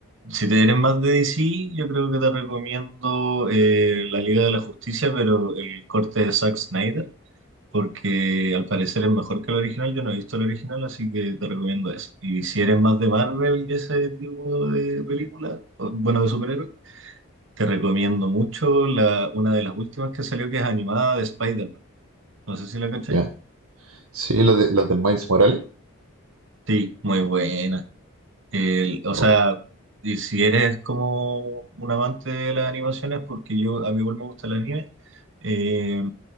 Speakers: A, on the right (about 55°); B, on the right (about 80°).
A: Si te eres más de DC, yo creo que te recomiendo eh, La Liga de la Justicia, pero el corte de Zack Snyder, porque al parecer es mejor que el original. Yo no he visto el original, así que te recomiendo eso. Y si eres más de Marvel y ese tipo de películas, o- bueno, de superhéroes, te recomiendo mucho la, una de las últimas que salió, que es animada de Spider-Man. No sé si la cacháis.
B: Ya. Sí, las de, las de Miles Morales.
A: Sí, muy buena. El- o sea,
B: O-
A: y si eres como un amante de las animaciones, porque yo a mí igual me gusta el anime, eh,